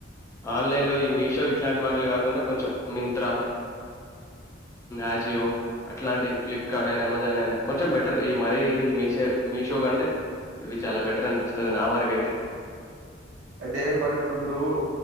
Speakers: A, on the left (about 15°); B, on the right (about 75°).
A: ఆన్లైన్ లో ఈ మీషో ఇట్లాంటి వాటిలు కాకుండా కొంచెం మింత్రా ఆజియో అట్లాంటి ఫ్లిప్కార్ట్ అయినా అమెజాన్ అయినా కొంచెం బెటర్ మరీ మీషో మీషో కంటే ఇవి చాలా బెటర్ అనిపిస్తుంది నా వరకైతే
B: అదే మరి ఇప్పుడు మీరు